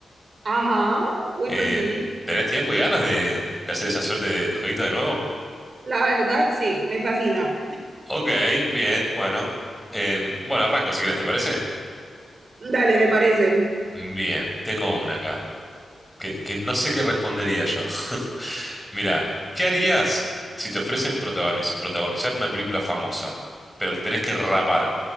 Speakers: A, on the right; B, in the centre.
A: Ajá, uy,
B: Eh,
A: pues sí,
B: ¿tenés tiempo y ganas de, de hacer esa suerte de, de jueguito de nuevo?
A: la verdad sí, me fascina.
B: Ok, bien, bueno. Em, bueno, arranco si querés, ¿te parece?
A: Dale, me parece.
B: Bien, tengo una acá, que, que no sé qué respondería yo. <laughs> Mirá, ¿qué harías si te ofrecen protagoniz- protagonizar una película famosa, pero te tenés que rapar